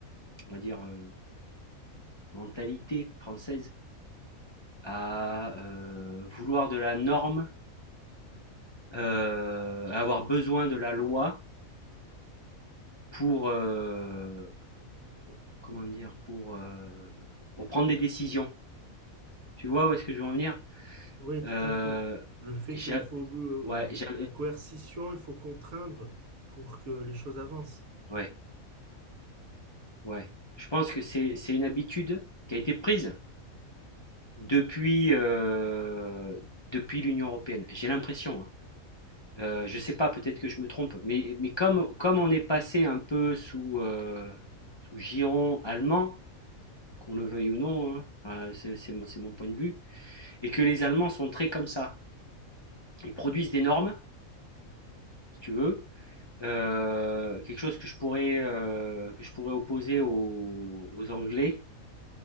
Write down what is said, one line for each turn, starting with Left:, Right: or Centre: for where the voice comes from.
Left: on va dire, euh, mentalité française à euh, vouloir de la norme, euh, à avoir besoin de la loi pour, euh, comment dire, pour euh, pour prendre des décisions. Tu vois où est-ce que je veux en venir?
Right: Oui, tout
Left: Euh,
Right: à fait. Le fait
Left: j'a-
Right: qu'il faut euh,
Left: ouais, j'a-
Right: la coercition, il faut contraindre pour que les choses avancent.
Left: ouais, ouais. Je pense que c'est c'est une habitude qui a été prise depuis, euh, depuis l'Union européenne. J'ai l'impression, hein. Euh, je ne sais pas, peut-être que je me trompe, mais, mais comme, comme on est passé un peu sous, euh, sous giron allemand, qu'on le veuille ou non, hein, enfin, c'est c'est mon, c'est mon point de vue, et que les Allemands sont très comme ça. Ils produisent des normes, si tu veux, euh, quelque chose que je pourrais, euh, que je pourrais opposer aux, aux Anglais,